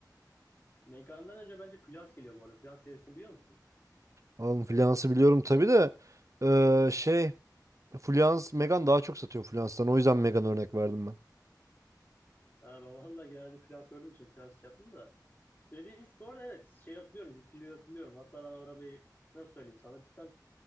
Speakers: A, on the left; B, on the right.
A: Meggane'dan önce bence Fluence geliyor bu arada. Fluence serisini biliyor musun?
B: Oğlum Fluence'ı biliyorum tabii de eee, şey Fluence Megan daha çok satıyor Fluence'dan. O yüzden Megan örnek verdim ben.
A: Ha, ben vallahi genelde Fluence gördüğüm için Fluence şey yaptım da. Dediğiniz bu arada evet, şey hatırlıyorum, Zipilio'yu hatırlıyorum. Hatta ben o arabayı nasıl söyleyeyim sana, cidden